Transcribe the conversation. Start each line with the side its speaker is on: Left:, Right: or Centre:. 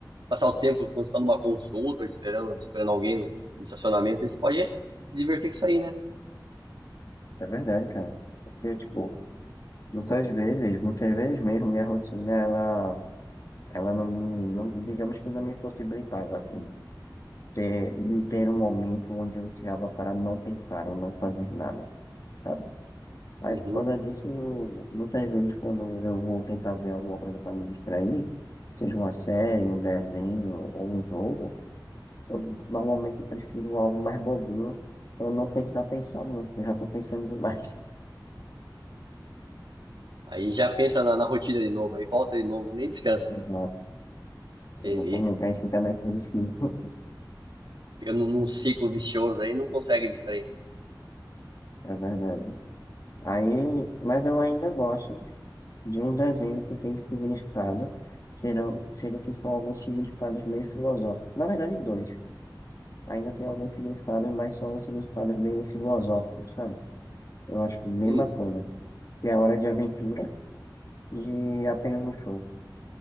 Right: passar o tempo quando você tá numa consulta, esperando, esperando alguém no no estacionamento. Aí Você pode se divertir com isso aí, né?
Left: é verdade, cara. Porque, tipo, muitas vezes, muitas vezes mesmo, minha rotina, ela, ela não me, não, digamos que não me possibilitava, assim, ter, em ter um momento onde eu tirava para não pensar ou não fazer nada, sabe? Aí
Right: Uhum.
Left: por causa disso, muitas vezes quando eu vou tentar ver alguma coisa para me distrair, seja uma série, um desenho ou um jogo, eu normalmente prefiro algo mais bobinho pra eu não precisar pensar muito, eu já estou pensando demais.
Right: Aí já pensa na, na rotina de novo, aí volta de novo, nem descansa.
Left: <laughs> Exato, exatamente.
Right: Entendi.
Left: Aí fica naquele ciclo,
Right: Fica num, num ciclo vicioso aí, não consegue distrair.
Left: <laughs> é verdade. Aí, mas eu ainda gosto de um desenho que tem significado, sendo, sendo que são alguns significados meio filosóficos. Na verdade, dois. Ainda tem alguns significados, mas são significados meio filosóficos, sabe? Eu acho bem
Right: Hum,
Left: bacana. Que é a Hora de Aventura e apenas um show.